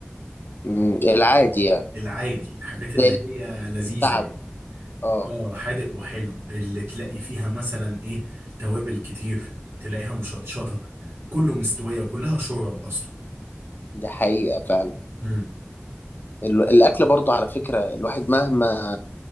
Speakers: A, on the left (about 50°); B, on the right (about 85°).
A: أمم، العادي يعني
B: العادي الحاجات اللي
A: زي اللي
B: هي لذيذة
A: تعب
B: يعني
A: اه
B: اه حادق وحلو اللي تلاقي فيها مثلا ايه توابل كتير تلاقيها مشطشطة كله مستوية كلها شورب اصلا
A: ده حقيقة فعلا
B: امم
A: ال- الاكل برضو على فكرة الواحد مهما